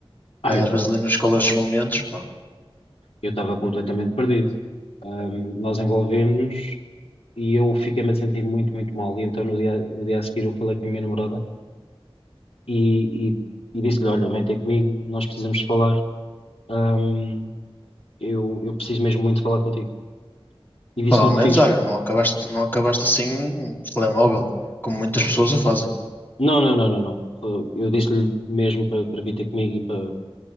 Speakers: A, on the left (about 85°); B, on the left (about 20°).
A: Ah,
B: pá,
A: eu
B: e
A: estava
B: às vezes ali nos calores dos momentos, pá,
A: eu estava completamente perdido. Ahm, nós envolvemos-nos e eu fiquei-me a sentir muito, muito mal. E então no dia, no dia a seguir eu falei com a minha namorada e, e, e disse-lhe, olha, vem ter comigo, nós precisamos de falar, hum, eu, eu preciso mesmo muito falar contigo. E disse-lhe
B: pá, ao
A: o que
B: menos,
A: fiz.
B: olha, não acabaste, não acabaste assim, por telemóvel, como muitas pessoas o fazem.
A: Não, não, não, não, não. Eu disse-lhe mesmo para para vir ter comigo para